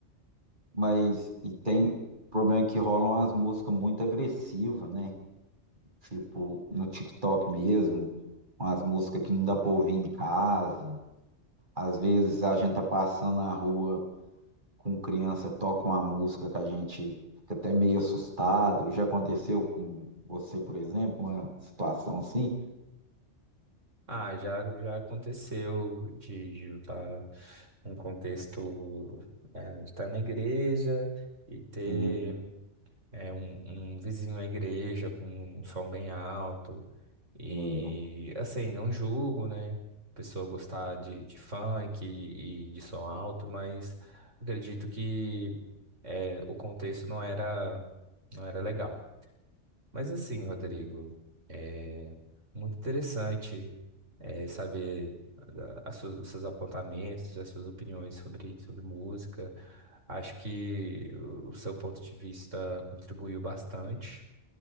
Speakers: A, on the right; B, on the right.
A: Mas e tem problema que rolam as músicas muito agressivas, né? Tipo, no TikTok mesmo, umas músicas que não dá pra ouvir em casa. Às vezes a gente tá passando na rua com criança toca uma música que a gente fica até meio assustado. Já aconteceu com você, por exemplo, uma situação assim?
B: Ah, já, já aconteceu de de eu estar num contexto, é, de estar na igreja e ter
A: Hum,
B: é, um, um vizinho à igreja com um som bem alto. E
A: é,
B: assim, não julgo, né? A pessoa gostar de, de funk e, e de som alto, mas acredito que é, o contexto não era, não era legal. Mas assim, Rodrigo, é muito interessante é, saber a- a sua- seus apontamentos, as suas opiniões sobre, sobre música. Acho que o o seu ponto de vista contribuiu bastante.